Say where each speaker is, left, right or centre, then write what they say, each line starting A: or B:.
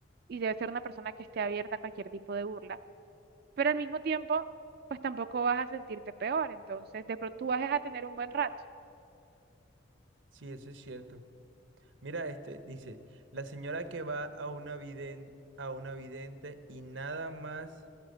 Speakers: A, on the right; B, on the right.
A: y debe ser una persona que esté abierta a cualquier tipo de burla. Pero al mismo tiempo, pues tampoco vas a sentirte peor. Entonces de pronto tú vas a tener un buen rato.
B: Sí, eso es cierto. Mira, este dice, la señora que va a una viden- a una vidente y nada más